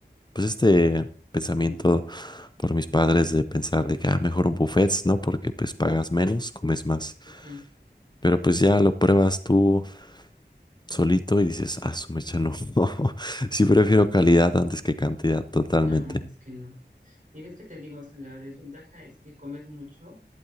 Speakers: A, on the left; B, on the right.
A: pues este pensamiento por mis padres de pensar de que, ah, mejor un buffet, ¿no? Porque pues pagas menos, comes más.
B: Ajá.
A: Pero pues ya lo pruebas tú solito y dices, ah, su mecha no. <laughs> Sí prefiero calidad antes que cantidad, totalmente.
B: No, es que no. Y ves que te digo, o sea, la desventaja es que comes mucho